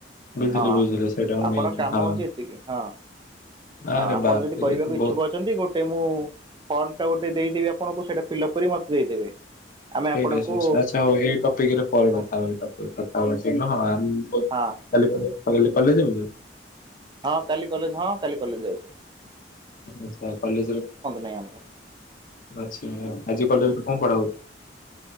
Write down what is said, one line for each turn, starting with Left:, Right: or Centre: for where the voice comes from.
Left: ବୁଝିଲି
Right: ହଁ।
Left: ବୁଝିଲି ସେଇଟାକୁ
Right: ଆପଣଙ୍କ
Left: ନେଇକି
Right: କାମ
Left: ହଁ
Right: ହଉଚି ଏତିକି ହଁ।
Left: ଆରେ
Right: ଆପଣ
Left: ବାପରେ
Right: ଯଦି କହିବେ
Left: ଇଏ ତ ବହୁତ
Right: ଇଚ୍ଛୁକ ଅଛନ୍ତି ଗୋଟେ ମୁଁ ଫର୍ମ ଟା ଗୋଟେ ଦେଇଦେବି ଆପଣଙ୍କୁ ସେଇଟା ଫିଲଅପ୍ କରି ମତେ ଦେଇଦେବେ। ଆମେ
Left: ଠିକ
Right: ଆପଣଙ୍କୁ
Left: ଅଛି ଆଚ୍ଛା ହଉ ଏଇ ଟପିକ୍ ରେ ପରେ
Right: ହଁ
Left: କଥା ହବା ଏଇ ଟପିକ୍ କଥା <unintelligible>
Right: ହଁ
Left: କାଲି କଲେ କାଲି କଲେଜ ଯିବୁନିକି?
Right: ହଁ କାଲି କଲେଜ ହଁ କାଲି କଲେଜ ଯାଉଚି।
Left: ଆଛା କଲେଜରେ
Right: ନାହିଁ ଆମର
Left: ଆଛା ଆଜି କଲେଜ କଣ ପଢା ହଉଚି?